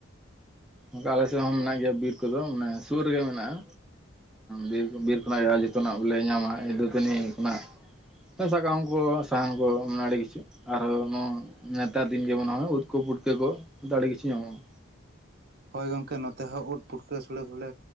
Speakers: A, in the centre; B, on the right.
A: ᱚᱱᱠᱟ ᱟᱞᱮ ᱥᱮᱫ ᱦᱚᱸ ᱢᱮᱱᱟᱜ ᱜᱮᱭᱟ ᱵᱤᱨ ᱠᱚᱫᱚ ᱢᱟᱱᱮ ᱥᱩᱨ ᱨᱮᱜᱮ ᱢᱮᱱᱟᱜᱼᱟ ᱵᱤᱨ ᱵᱤᱨ ᱠᱷᱚᱱᱟᱜ ᱜᱮ <inaudible> ᱡᱷᱚᱛᱚᱱᱟᱜ ᱜᱮᱞᱮ ᱧᱟᱢᱟ ᱮᱭ ᱫᱟᱹᱛᱟᱹᱱᱤ ᱠᱷᱚᱱᱟᱜ ᱮ ᱥᱟᱠᱟᱢ ᱠᱚ, ᱥᱟᱦᱟᱱ ᱠᱚ ᱢᱟᱱᱮ ᱟᱹᱰᱤ ᱠᱤᱪᱷᱩ, ᱟᱨᱦᱚᱸ ᱱᱚᱣᱟ ᱱᱮᱛᱟᱨ ᱫᱤᱱ ᱡᱮᱢᱚᱱ ᱦᱚᱸᱜᱼᱚᱭ ᱩᱫ ᱠᱚ ᱯᱩᱴᱠᱟᱹ ᱠᱚ ᱟᱫᱚ ᱟᱹᱰᱤ ᱠᱤᱪᱷᱩ ᱧᱟᱢᱚᱜᱼᱟ᱾
B: ᱦᱳᱭ ᱜᱚᱝᱠᱮ ᱱᱚᱛᱮ ᱦᱚᱸ ᱩᱫ ᱯᱩᱴᱠᱟᱹ ᱥᱳᱲᱮ ᱠᱚᱞᱮ